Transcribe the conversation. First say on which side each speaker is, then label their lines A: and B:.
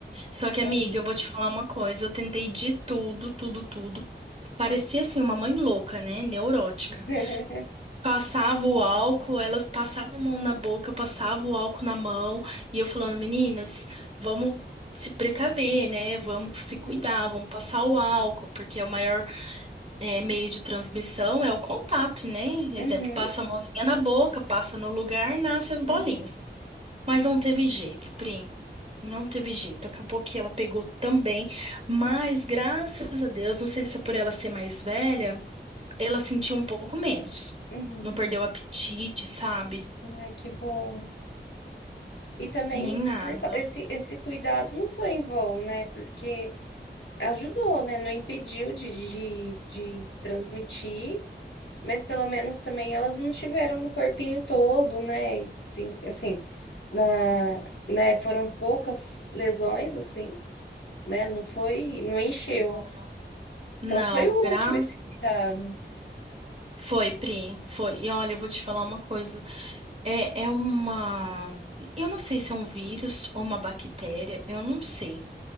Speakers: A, on the right; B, on the left.
A: Só que,
B: Uhum.
A: amiga, eu vou te falar uma coisa. Eu tentei de tudo, tudo, tudo. Parecia assim uma mãe louca, né? Neurótica.
B: <laughs>
A: Passava o álcool, elas passavam a mão na boca, eu passava o álcool na mão, e eu falando, meninas, vamos se precaver, né? Vamos se
B: Uhum.
A: cuidar, vamos passar o álcool, porque é o maior é, meio de transmissão é o contato, né?
B: Uhum,
A: Exemplo, passa a mãozinha na boca, passa no lugar, nasce as bolinhas.
B: uhum,
A: Mas não teve jeito, Pri. Não teve jeito. Acabou que ela pegou também. Mas, graças a Deus, não sei se é por ela ser mais velha, ela sentiu um pouco menos.
B: uhum.
A: Não perdeu o apetite, sabe?
B: Ai, que bom. E também
A: Nem nada.
B: por ca- esse, esse cuidado não foi em vão, né? Porque ajudou, né? Não impediu de, de, de transmitir, mas pelo menos também elas não tiveram no corpinho todo, né? Sim, assim, na, né? Foram poucas lesões, assim, né? Não foi, não encheu.
A: Ora. Não,
B: Então foi útil
A: gra...
B: esse cuidado.
A: foi, Pri, foi. E olha, eu vou te falar uma coisa. É, é uma. Eu não sei se é um vírus ou uma bactéria, eu não sei.